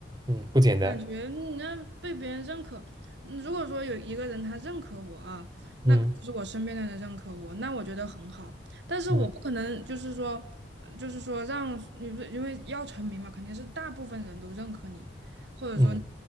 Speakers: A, on the right; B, on the right.
A: 嗯，不简单，
B: 我感觉你要被别人认可，嗯如果说有一个人他认可我啊，那就是我身边的人认可我，
A: 嗯
B: 那我觉得很好。但是我不可能就是说，
A: 嗯
B: 呃就是说让你不是因为要成名嘛，肯定是大部分人都认可你，或者说
A: 嗯